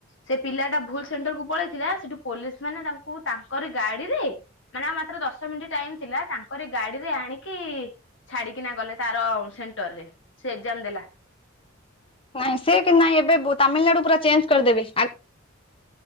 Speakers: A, on the left; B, on the left.
A: ସେ ପିଲା ଟା ଭୁଲ ସେଣ୍ଟର କୁ ପଳେଇଥିଲା ସେଠୁ ପୋଲିସ ମାନେ ତାଙ୍କୁ ତାଙ୍କରି ଗାଡିରେ ମାନେ ଆଉ ମାତ୍ର ଦଶ ମିନିଟ ଟାଇମ ଥିଲା ତାଙ୍କରି ଗାଡିରେ ଆଣିକି ଛାଡିକିନା ଗଲେ ତାର ସେଣ୍ଟର ରେ ସେ ଏକ୍ସାମ ଦେଲା।
B: ନାଇଁ ସେ କି ନାଇଁ ଏବେ ତାମିଲନାଡୁ ପୁରା ଚେଞ୍ଜ କରିଦେବେ ଆ